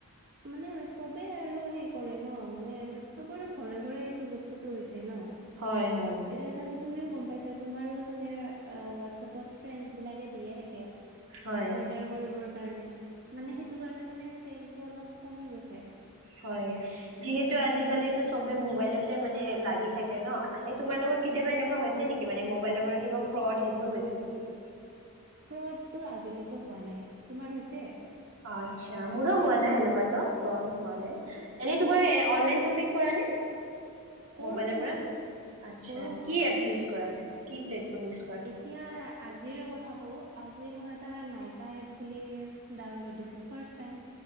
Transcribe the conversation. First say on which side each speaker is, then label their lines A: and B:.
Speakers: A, on the right; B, on the right.
A: মানে চবেই আৰু সেই কৰে ন, মানে চব আৰু ঘৰে ঘৰে সেইটো বস্তুতটো হৈছে ন।
B: হয় হয়
A: এতিয়া চাগে তুমিও গম পাইছা তুমাৰো চাগে হোৱাটছএপত ফ্ৰেণ্ড বিলাকে দিয়ে থাকে।
B: হয়
A: অৰ্ডাৰ কৰিবৰ কাৰনে, মানে সেইটো কাৰণে মানে চেলটো অলপ কমি গৈছে।
B: হয় যিহেতু আজিকালিটো চবে মোবাইলতে মানে লাগি থাকে ন। এনে তোমাৰ লগত কেতিয়াবা এনেকুৱা হৈছে নেকি মানে মোবাইলৰ পৰা কিবা ফ্ৰড সেইবোৰ হৈছে নেকি?
A: ফ্ৰডটো আজিলৈকে হোৱা নাই। তোমাৰ হৈছে?
B: আচ্ছা মোৰো হোৱা নাই সেনুকাটো। ফ্ৰড হোৱা নাই। এনেই তোমাৰ অনলাইন চপিং কাৰনে?
A: কৰো
B: মবাইলৰ
A: কৰো
B: পৰা। আচ্ছা
A: কৰো
B: কি এপ কৰাতে কি প্লেটফৰ্ম ইউজ কৰা
A: এতিয়া আজিৰে কথা কওঁ। আজি মই এটা নাইকা এপ ডাউনলোদ দিছো, ফাৰ্চটাইম।